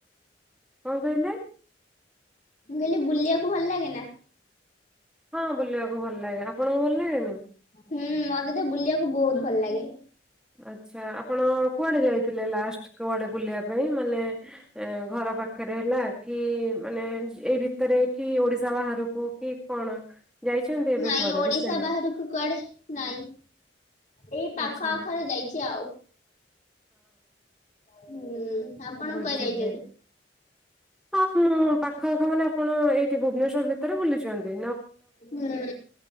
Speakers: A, in the centre; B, on the left.
A: କଣ କହିଲେ
B: ମୁଁ କହିଲି ବୁଲିବାକୁ ଭଲ ଲାଗେ ନା
A: ହଁ ବୁଲିବାକୁ ଭଲ ଲାଗେ ଆପଣଙ୍କୁ ଭଲ ଲାଗେନିଁ
B: ହୁଁ ମତେ ତ ବୁଲିବାକୁ ବହୁତ ଭଲ ଲାଗେ
A: ଆ୍ଛା ଆପଣ କୁଆଡେ ଯାଇଥିଲେ ଲାଷ୍ଟ କୁଆଡେ ବୁଲିବା ପାଇଁ ମାନେ ଏ ଘର ପାଖରେ ହେଲା କି ମାନେ ଏଇ ଭିତରେ କି ଓଡିଶା ବାହାରକୁ କି କଣ ଯାଇଛନ୍ତି ଏବେ
B: ନାଇଁ
A: କୁଆଡେ
B: ଓଡିଶା
A: ରିସେଣ୍ଟ
B: ବାହାରକୁ କୁଆଡେ ନାଇଁ ଏଇ ପାଖ
A: ଆଚ୍ଛା
B: ଆଖରେ ଯାଇଛି ଆଉ ହୁଁ ଆପଣ
A: ବୁଝିବେ
B: କୁଆଡେ ଯାଇଛନ୍ତି?
A: ହଁ ମୁଁ ପାଖ ପାଖ ମାନେ ଆପଣ ଏଇଠି ଭୁବନେଶ୍ଵର ଭିତରେ ବୁଲୁଛନ୍ତି
B: ହୁଁ